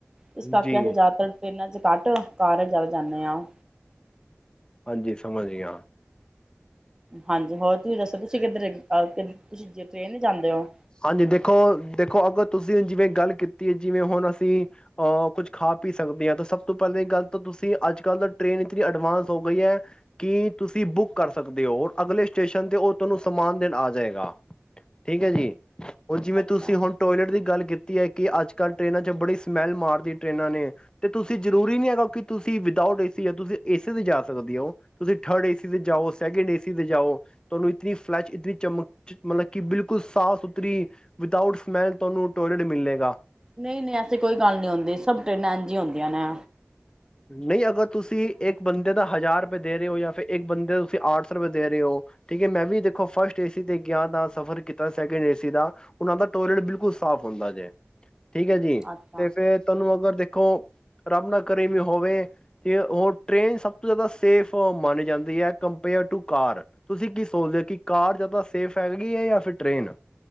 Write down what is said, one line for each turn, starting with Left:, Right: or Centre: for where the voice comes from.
Right: ਇਸ ਕਰਕੇ
Left: ਜੀ,
Right: ਅਸੀਂ ਜਿਆਦਾਤਰ ਟ੍ਰੇਨਾ 'ਚ ਝੱਟ ਸਾਰੇ ਚਲ ਜਾਂਨੇ ਆਂ।
Left: ਹਾਂਜੀ ਸਮਝ ਗਿਆ।
Right: ਹਾਂਜੀ ਹੋਰ ਤੁਸੀਂ ਦੱਸੋ ਤੁਸੀ ਕਿੱਧਰ ਏ? <unintelligible> ਤੁਸੀਂ ਜੇ ਟਰੇਨ 'ਚ ਜਾਂਦੇ ਓ।
Left: ਹਾਂਜੀ ਦੇਖੋ, ਦੇਖੋ ਅਗਰ ਤੁਸੀਂ ਜਿਵੇਂ ਗੱਲ ਕੀਤੀ ਏ ਜਿਵੇਂ ਹੁਣ ਅਸੀਂ ਆ ਕੁਝ ਖਾ ਪੀ ਸਕਦੇ ਆ ਤਾਂ ਸਭ ਤੋਂ ਪਹਿਲੇ ਗੱਲ ਤਾਂ ਤੁਸੀਂ ਅੱਜ-ਕੱਲ੍ਹ ਤਾਂ ਟਰੇਨ ਇਤਨੀ ਐਡਵਾਂਸ ਹੋ ਗਈ ਹੈ ਕੀ ਤੁਸੀਂ ਬੁੱਕ ਕਰ ਸਕਦੇ ਹੋ ਔਰ ਅਗਲੇ ਸਟੇਸ਼ਨ ਤੇ ਉਹ ਤੁਹਾਨੂੰ ਸਮਾਨ ਦੇਣ ਆ ਜਾਏਗਾ। ਠੀਕ ਹੈ ਜੀ। ਉਹ ਜਿਵੇਂ
Right: ਅੱਛਾ।
Left: ਤੁਸੀਂ ਹੁਣ ਟੋਇਲਟ ਦੀ ਗੱਲ ਕੀਤੀ ਹੈ ਕਿ ਅੱਜ-ਕੱਲ੍ਹ ਟਰੇਨਾਂ ਚ ਬੜੀ ਸਮੈਲ ਮਾਰਦੀ ਟਰੇਨਾਂ ਨੇ, ਤੇ ਤੁਸੀਂ ਜਰੂਰੀ ਨੀ ਹੈਗਾ ਕਿ ਤੁਸੀਂ ਵਿਦਾਊਟ ਏ ਸੀ ਜਾਂ ਤੁਸੀਂ ਏ ਸੀ ਤੇ ਜਾ ਸਕਦੇ ਹੋ। ਤੁਸੀਂ ਥਰਡ ਏਸੀ ਤੇ ਜਾਓ, ਸੈਕਿੰਡ ਏਸੀ ਤੇ ਜਾਓ ਤੁਹਾਨੂੰ ਇਤਨੀ ਫਲੈਸ਼ ਇਤਨੀ ਚਮਕ ਚਮ ਮਤਲਬ ਕਿ ਬਿਲਕੁਲ ਸਾਫ਼ ਥਰੀ ਵਿਦਾਊਟ ਸਮੈਲ ਤੁਹਾਨੂੰ ਟੋਇਲੇਟ ਮਿਲੇਗਾ।
Right: ਨਹੀਂ-ਨਹੀਂ ਐਸੀ ਕੋਈ ਗੱਲ ਨਹੀਂ ਹੁੰਦੀ ਸਭ ਟਰੇਨਾਂ ਇੰਝ ਹੀ ਹੁੰਦੀਆ ਨੇ।
Left: ਨਹੀਂ ਅਗਰ ਤੁਸੀਂ ਇੱਕ ਬੰਦੇ ਦਾ ਹਜ਼ਾਰ ਰੁਪਏ ਦੇ ਰਹੇ ਹੋ ਜਾਂ ਫਿਰ ਇੱਕ ਬੰਦੇ ਦਾ ਤੁਸੀਂ ਆਠ ਸੌ ਰੁਪਏ ਦੇ ਰਹੇ ਹੋ ਠੀਕ ਹੈ ਮੈਂ ਵੀ ਦੇਖੋ ਫਸਟ ਏ ਸੀ ਤੇ ਗਿਆ ਦਾ ਸਫ਼ਰ ਕੀਤਾ ਸੈਕਿੰਡ ਏਸੀ ਦਾ ਉਹਨਾਂ ਦਾ ਟੋਇਲੇਟ ਬਿਲਕੁਲ ਸਾਫ਼ ਹੁੰਦਾ ਜੇ। ਠੀਕ ਹੈ ਜੀ,
Right: ਅੱਛਾ
Left: ਤੇ ਫੇਰ ਤੁਹਾਨੂੰ ਅਗਰ ਦੇਖ ਕਹੋ ਰੱਬ ਨਾ ਕਰੇ ਵੀ ਹੋਵੇ ਤੇ ਉਹ ਟਰੇਨ ਸਭ ਤੋਂ ਜ਼ਿਆਦਾ ਸੇਫ ਮਾਨੀ ਜਾਂਦੀ ਹੈ ਕੰਪੇਅਰ ਟੂ ਕਾਰ। ਤੁਸੀਂ ਕੀ ਸੋਚਦੇ ਹੋ ਕਿ ਕਾਰ ਜ਼ਿਆਦਾ ਸੇਫ ਹੈਗੀ ਹੈ ਜਾਂ ਫਿਰ ਟਰੇਨ?